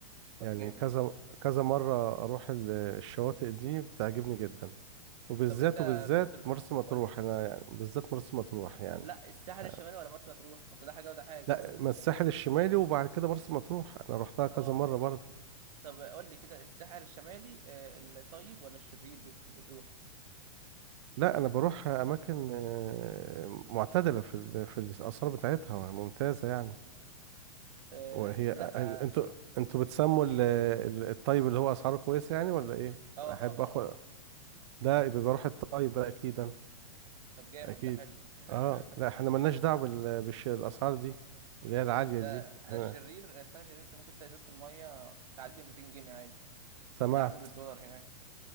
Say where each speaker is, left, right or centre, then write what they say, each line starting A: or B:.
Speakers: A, on the right; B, on the right.
A: طب
B: يعني
A: جامد
B: كذا كذا مرة اروح ال- الشواطئ دي بتعجبني جدا وبالذات
A: طب انت
B: وبالذات
A: بتر...
B: مرسى مطروح
A: قول لي
B: انا يعني بالذات مرسى مطروح يعني
A: لا الساحل
B: ح-
A: الشمالي ولا مرسى مطروح ما أصل ده حاجه وده حاجه
B: لا ما الساحل الشمالي وبعد كده مرسى مطروح انا روحتها كذا
A: اه
B: مره برضه
A: طب قول لي كده الساحل الشمالي آه الطيب ولا الشرير بتحب تروح
B: لا انا بروح اماكن آه، معتدله في ال- في الاثار بتاعتها ممتازه يعني
A: آه
B: وهي
A: لا
B: أن-
A: اه
B: انتوا انتوا بتسموا ال- ال- الطيب اللي هو اسعاره كويسه يعني ولا ايه
A: اه
B: احب
A: اه
B: اخد
A: اه اه.
B: لا يبقى بروح الطيب بقى اكيد أنا.
A: طب جامد
B: اكيد
A: ده حلو <laughs>
B: اه لا احنا ملناش دعوه بال- بالش- بالاسعار دي اللي هي العاليه
A: ده
B: دي احنا
A: ده الشرير الساحل الشرير انت ممكن تلاقي ازازه الميه تعدي 200 جنيه عادي
B: سمعت
A: بيتعاملوا بالدولار هناك